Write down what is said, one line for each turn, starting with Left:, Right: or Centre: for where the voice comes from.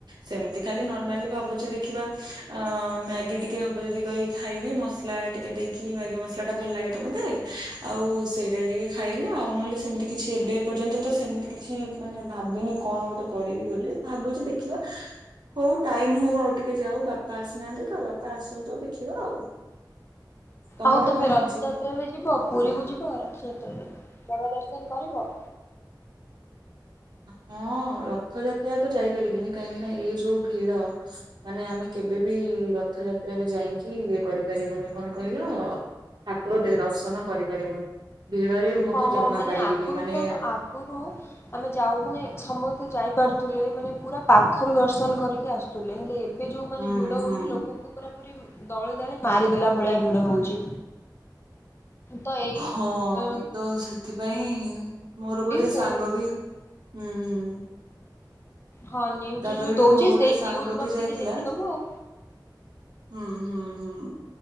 Right: ସେମିତି ଖାଲି ନର୍ମାଲି ଭାବୁଛି ଦେଖ ଦେଖିବା ମ୍ୟାଗି ଟିକେ ହବ ଯଦି କର ଖାଇବି ମସଲା ଟିକେ ଦେଇକି ମ୍ୟାଗି ମସଲା ଟା ଭଲ ଲାଗ ତମତେ ଆଉ ସେଇଟା ଟିକେ ଖାଇବି ଆଉ ନହେଲେ ସେମିତି କିଛି ଏବେ ପର୍ଯ୍ୟନ୍ତ ତ ସେମିତି କିଛି ମାନେ ଭାବିନି କଣ ଗୋଟେ କରିବି ବୋଲି ଭାବୁଛି ଦେଖିବା ହଉ ଟାଇମ ହଉ ଆଉ ଟିକେ ଟିକେ ଯାଉ ବାପା ଆସିନାହାନ୍ତି। ତ ବାପା ଆସନ୍ତୁ ଦେଖିବା ଆଉ। ତମର
Left: ଆଉ ତମେ
Right: କଣ
Left: ରଥଯାତ୍ରାରେ
Right: ହେଇଛି?
Left: ଯିବ ପୁରୀ କୁ ଯିବ ରଥଯାତ୍ରାରେ ଜଗା ଦ ଦର୍ଶନ କରିବ?
Right: ହଁ। ହଁ ରଥଯାତ୍ରା ତ ଯାଇପାରିବିନି କାହିଁକି ନା ଏଇ ଯୋଉଁ ଭିଡ ମାନେ ଆମେ କେବେ ବିି ରଥଯାତ୍ରାରେ ଯାଇକି ଇଏ କରିପାରିବୁନି କଣ କହିଲ ଠାକୁର ଦେ ଦର୍ଶନ କରିପାରିବୁନି। ଭିଡରେ ମୁଁ
Left: ହଁହୋ
Right: ତ ଜମା
Left: ମାନେ
Right: ପାରିବିନି
Left: ଆଗରୁ
Right: ମାନେ
Left: ତ ଆଗରୁ ଆମେ ଯାଉଁ ମାନେ ସମସ୍ତେ ଯାଇପାରୁଥିଲେ ମାନେ ପୁରା ପାଖରୁ ଦର୍ଶନ କରିକି ଆସୁଥିଲେ। ହେଲେ ଏବେ ଯୋଉଁ ମାନେ
Right: ହୁଁ
Left: ଭିଡ
Right: ହୁଁ।
Left: ହଉଠି ଲୋକଙ୍କୁ ପୁରା ଦଳି ଦଳି ମାରିଦେଲା ଭଳିଆ ଭିଡ ହଉଛି। ତ ଏଇ
Right: ହଁ
Left: ଉ
Right: ତ ସେଥିପାଇଁ ମୋର ଗୋଟେ
Left: ସେ
Right: ସାଙ୍ଗ ବି ହୁଁ ହୁଁ।
Left: ହଁ ନିୁଜ
Right: ତାପରେ
Left: ଯୋଉଁ
Right: ବି
Left: ଦଉଛି
Right: ମୋର ଗୋଟେ
Left: ସେଇ
Right: ସାଙ୍ଗ
Left: ନ୍ୟୁଜ
Right: ବି
Left: ବସିକି
Right: ଯାଇଥିଲା
Left: ଦେଖିଦବୁ ଆଉ
Right: ହୁଁ ହୁଁ ହୁଁ